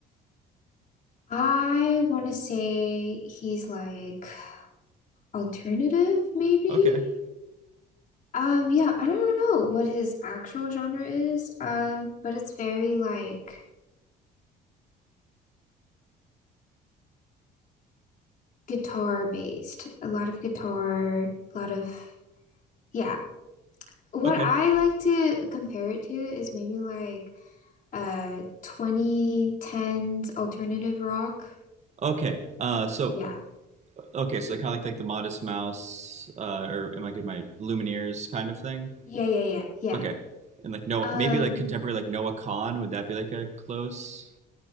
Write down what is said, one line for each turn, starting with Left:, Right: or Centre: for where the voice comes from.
Left: I want to say he's like alternative, maybe.
Right: Okay.
Left: Um, yeah, I don't know what his actual genre is, um, but it's very like guitar based, a lot of guitar, a lot of yeah. What
Right: Okay.
Left: I like to compare it to is maybe like uh 2010s alternative rock.
Right: Okay. Uh, so,
Left: Yeah.
Right: okay, so kind of like, like the Modest Mouse, uh, or am I getting my Lumineers kind of thing?
Left: Yeah, yeah, yeah, yeah.
Right: Okay. And like no
Left: Um,
Right: maybe like contemporary like Noah Kahn, would that be like a close